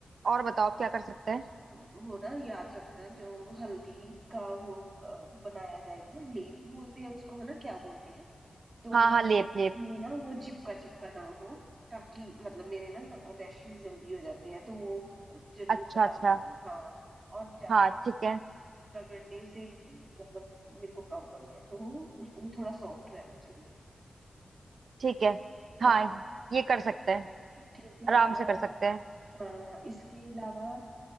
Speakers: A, on the right (about 75°); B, on the right (about 35°).
A: और बताओ आप क्या कर सकते हैं
B: अ, वो ना याद रखना जो हल्दी का वो अ, बनाया जाएगा ना लेप बोलते हैं उसको है ना क्या बोलते हैं तो
A: हाँ हाँ लेप
B: उसमें
A: लेप
B: ना वो चिपका चिपका ना हो ताकि मतलब मेरे ना रैशेज जल्दी हो जाते हैं तो वो जरूर
A: अच्छा
B: बता
A: अच्छा
B: देना हाँ और ज्यादा
A: हाँ ठीक है
B: रगड़ने से भी मतलब मेरे को प्रॉब्लम है तो उस वो थोड़ा सॉफ्ट रहना चाहिए
A: ठीक है
B: हाँ
A: हाँ ये कर सकते हैं
B: ठीक है
A: आराम
B: और
A: से कर सकते हैं
B: हाँ इसके अलावा